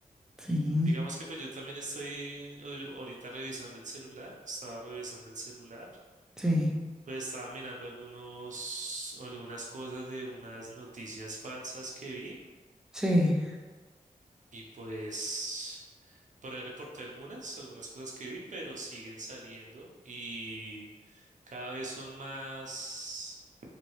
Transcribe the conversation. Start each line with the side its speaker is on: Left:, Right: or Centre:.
Centre: Sí,
Right: Digamos que pues yo también estoy ahori- ahorita revisando el celular, estaba revisando el celular,
Centre: sí,
Right: pues estaba mirando algunos, algunas cosas de unas noticias falsas que vi
Centre: sí.
Right: y pues por ahí reporté algunas, algunas cosas que vi, pero siguen saliendo y cada vez son más...